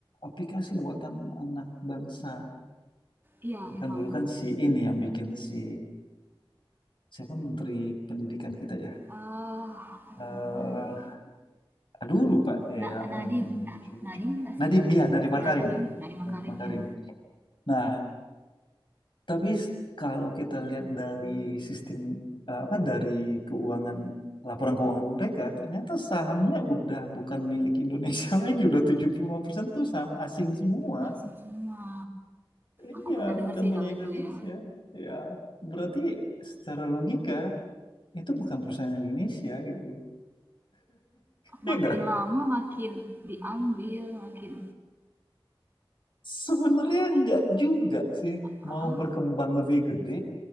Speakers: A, on the left; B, on the right.
A: aplikasi buatan anak bangsa.
B: iya
A: Kan
B: emang
A: dulu kan si ini yang bikin si siapa Menteri Pendidikan kita ya,
B: Eee, aduh
A: eh
B: lupa lagi.
A: aduh lupa ya
B: Na Nadiem,
A: yang lucu-lucu.
B: ah, Nadiem nggak
A: Nadim,
B: sih?
A: ya Nadim
B: Iya
A: Makarim.
B: Nadiem Nadiem Makarim
A: Nadim Makarim.
B: ya.
A: Nah, tapi s- kalau kita lihat dari sistem eh, apa dari keuangan laporan keuangan mereka, ternyata sahamnya udah bukan milik Indonesia <laughs> lagi, udah 75% tuh saham asing semua.
B: Asing Semua.
A: Iya,
B: Aku pernah dengar
A: bukan
B: sih
A: punya
B: kalau
A: Indonesia.
B: itu ya.
A: Ya, berarti secara logika itu bukan perusahaan Indonesia gitu. <laughs>
B: Makin
A: Iya nggak?
B: lama makin diambil, makin
A: Sebenarnya enggak juga sih.
B: ah
A: Mau berkembang lebih gede,